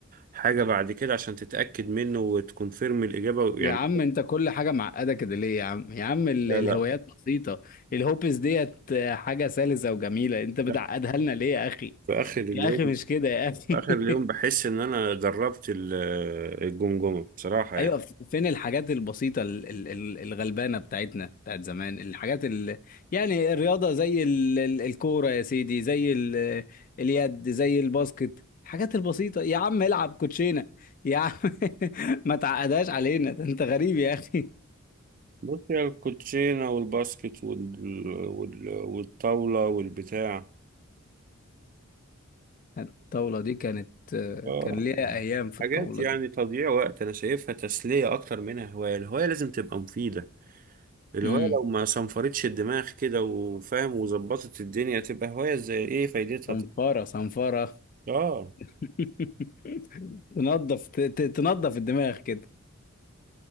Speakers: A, on the right; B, on the left.
A: حاجة بعد كده عشان تتأكد منه وتكونفيرم الإجابة
B: يا
A: يعني
B: عم انت كل حاجة معقدة كده ليه يا عم يا عم ال-
A: لا
B: الهوايات
A: لا
B: بسيطة الهوبس ديت حاجة سلسة وجميلة انت بتعقدها
A: لا
B: لنا ليه يا اخي
A: في آخر اليوم
B: يا اخي مش كده يا اخي
A: في آخر اليوم
B: <laughs>
A: بحس إن أنا دربت ال- الجمجمة بصراحة يعني
B: ايوه ف- فين الحاجات البسيطة ال- ال- ال- الغلبانة بتاعتنا بتاعت زمان الحاجات ال... يعني الرياضة زي ال... ال- الكورة يا سيدي زي ال... اليد زي الباسكت الحاجات البسيطة يا عم العب كوتشينة يا عم <laughs> ما تعقدهاش علينا ده انت غريب يا اخي
A: بص يا الكوتشينة والباسكت وال... وال... والطاولة والبتاع
B: الطاولة دي كانت آه،
A: آه،
B: كان ليها أيام في
A: حاجات
B: الطاولة
A: يعني
B: دي
A: تضييع وقت انا شايفها تسلية اكتر منها هواية الهواية لازم تبقى مفيدة الهواية
B: امم
A: لو ما صنفرتش الدماغ كده وفاهم وظبطت الدنيا تبقى هواية زي ايه فايدتها
B: صنفرة
A: طيب؟
B: صنفرة
A: اه
B: <laughs> تنظف ت- ت- تنظف الدماغ كده